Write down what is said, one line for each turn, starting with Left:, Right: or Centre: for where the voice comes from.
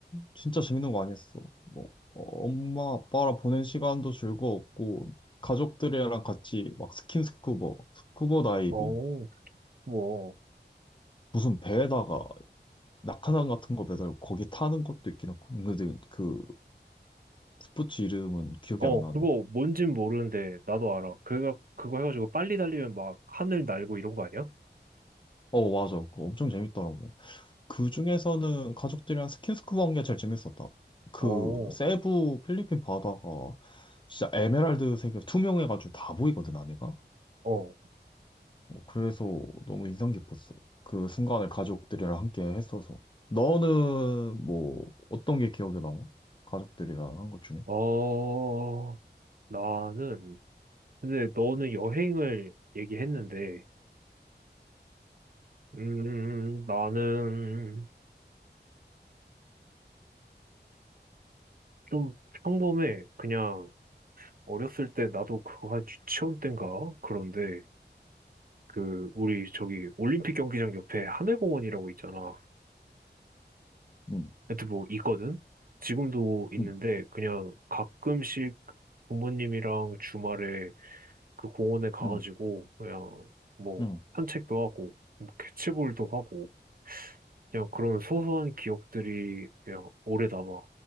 Left: 진짜 재밌는 거 아니었어. 뭐 어, 엄마 아빠랑 보낸 시간도 즐거웠고 가족들이랑 같이 막 스킨스쿠버, 스쿠버 다이빙
Right: 어, 뭐,
Left: 무슨 배에다가 낙하산 같은 거 매달고 거기 타는 것도 있긴 하고 근데 그 스포츠 이름은 기억이
Right: 어,
Left: 안 나네.
Right: 그거 뭔진 모르는데, 나도 알아. 그거, 그거 해가지고 빨리 달리면 막 하늘 날고 이런 거 아니야?
Left: 어 맞아. 그거 엄청 재밌더라고. 그 중에서는 가족들이랑 스킨스쿠버 한 게 제일 재밌었다. 그
Right: 어,
Left: 세부 필리핀 바다가 진짜 에메랄드색이 투명해가지고 다 보이거든 안에가.
Right: 어,
Left: 어, 그래서 너무 인상 깊었어. 그 순간을 가족들이랑 함께 했어서. 너는 뭐 어떤 게 기억에 남아? 가족들이랑 한 것 중에?
Right: 어, 나는, 근데 너는 여행을 얘기했는데, 음, 나는 좀 평범해. 그냥 어렸을 때 나도 그거 한 유치원 땐가? 그런데 그 우리 저기 올림픽 경기장 옆에 하늘공원이라고 있잖아.
Left: 응
Right: 하여튼 뭐 있거든? 지금도 있는데
Left: 응
Right: 그냥 가끔씩 부모님이랑 주말에 그 공원에 가가지고
Left: 응
Right: 그냥 뭐
Left: 응
Right: 산책도 하고 뭐 캐치볼도 하고 그냥 그런 소소한 기억들이 그냥 오래 남아.